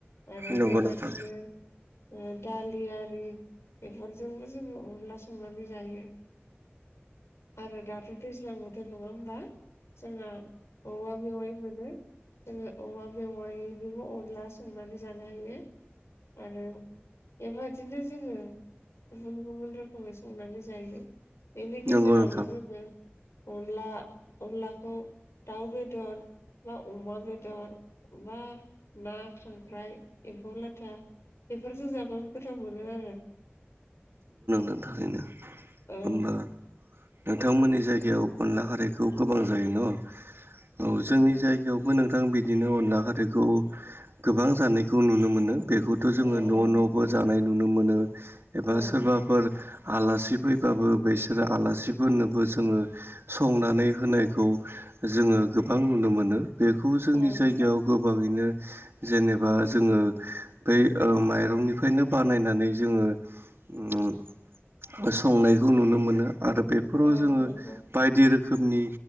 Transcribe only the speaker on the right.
नंगौ
नोंथां
नंगौ नोंथां
ओं थारैनो।
होमबा नोंथांमोननि जायगायाव अनला खारैखौ गोबां जायो न? औ जोंनि जायगायाव बो नोंथां बिदिनो अनला खारैखौ गोबां जानायखौ नुनो मोनो। बेखौथ'
जोङो
न' न'बो जानाय नुनो मोनो एबा
सोरबा फोर आलासि फैबाबो बिसोरो आलासि फोरनोबो जोङो संनानै होनायखौ जोङो गोबां नुनो मोनो। बेखौ जोंनि
जायगायाव गोबाङैनो जेनेबा जोङो बै ओ माइरंनिफ्रायनो बानायनानै जोङो उम संनायखौ नुनो मोनो आरो बेफोराव
जोङो
बायदि रोखोमनि